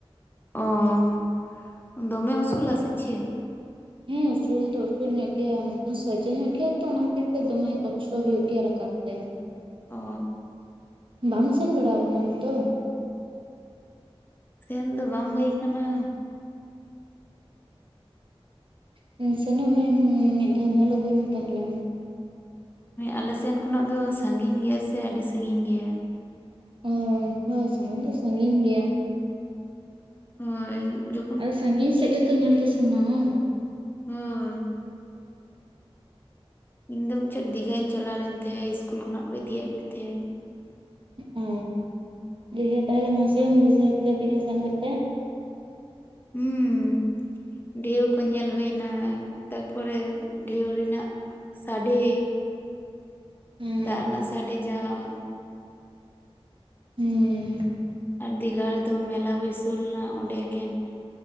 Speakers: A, on the left; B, on the right.
A: ᱚ, ᱫᱚᱢᱮ ᱩᱥᱩᱞᱟ ᱥᱮ ᱪᱮᱜ?
B: ᱦᱮᱸ, ᱩᱥᱩᱞ ᱫᱚ ᱩᱥᱩᱞ ᱧᱚᱜ ᱜᱮᱭᱟ, ᱥᱚᱡᱮ ᱧᱚᱜ ᱜᱮᱭᱟ ᱛᱚ, ᱚᱱᱟ ᱠᱷᱟᱛᱤᱨ ᱛᱮ, ᱫᱚᱢᱮ ᱠᱚᱥᱴᱚ ᱦᱳᱭᱳᱜ ᱜᱮᱭᱟ ᱨᱟᱠᱟᱵ ᱛᱮ᱾
A: ᱚ
B: ᱵᱟᱢ ᱥᱮᱱ ᱵᱟᱲᱟᱳ ᱠᱟᱱᱟ ᱟᱢ ᱫᱚ?
A: ᱥᱮᱱ ᱫᱚ ᱵᱟᱝ ᱦᱳᱭ ᱠᱟᱱᱟ᱾
B: ᱦᱮᱸ, ᱥᱮᱱᱚᱜ ᱢᱮ ᱢᱤᱫ ᱫᱷᱟᱣ ᱧᱮᱞ ᱟᱜᱩᱭ ᱢᱮ ᱛᱟᱦᱚᱞᱮ?
A: ᱟᱞᱮ ᱥᱮᱱ ᱠᱷᱚᱱᱟᱜ ᱫᱚ, ᱥᱟᱸᱜᱤᱧ ᱜᱮᱭᱟ ᱥᱮ, ᱟᱰᱤ ᱥᱟᱸᱜᱤᱧ ᱜᱮᱭᱟ᱾
B: ᱦᱮᱸ, ᱦᱳᱭ ᱥᱟᱸᱜᱤᱧ ᱫᱚ ᱥᱟᱸᱜᱤᱧ ᱜᱮᱭᱟ᱾
A: ᱦᱳᱭ ᱡᱚᱠᱷᱚᱱ
B: ᱥᱟᱸᱜᱤᱧ ᱥᱮᱫ ᱜᱮᱛᱚ ᱧᱮᱞ ᱜᱮ ᱥᱟᱱᱟᱣᱟ?
A: ᱦᱚᱭ, ᱤᱧ ᱫᱚ ᱢᱤᱪᱷᱚᱴ ᱫᱤᱜᱷᱟᱧ ᱪᱟᱞᱟᱣ ᱞᱮᱱ ᱛᱮᱦᱮᱸᱜ ᱤᱥᱠᱩᱞ ᱠᱷᱚᱱᱟᱜ ᱠᱚ ᱤᱫᱤᱭᱮᱫ ᱞᱮ ᱛᱮᱦᱮᱸᱜ᱾
B: ᱚ, ᱫᱤᱜᱷᱟ ᱛᱟᱦᱚᱞᱮ ᱢᱚᱸᱡᱽᱜᱮᱢ ᱵᱩᱡᱷᱟᱹᱣ ᱠᱮᱫᱟ ᱫᱤᱜᱷᱟ ᱥᱮᱱ ᱠᱟᱛᱮᱜ?
A: ᱦᱩᱸ, ᱰᱷᱮᱣ ᱠᱚ ᱧᱮᱞ ᱦᱳᱭᱱᱟ᱾ ᱛᱟᱨ ᱯᱚᱨᱮ ᱰᱷᱮᱣ ᱨᱮᱱᱟᱜ ᱥᱟᱰᱮ᱾
B: ᱦᱩᱸ
A: ᱫᱟᱜ ᱨᱮᱱᱟᱜ ᱥᱟᱰᱮ ᱡᱟᱦᱟᱸ ᱼᱼ
B: ᱦᱢᱸ,
A: ᱟᱨ ᱫᱤᱜᱷᱟ ᱨᱮᱫᱚ ᱢᱮᱞᱟ ᱵᱟᱹᱭᱥᱳᱣ ᱞᱮᱱᱟ, ᱚᱸᱰᱮ ᱮᱠᱷᱮᱱ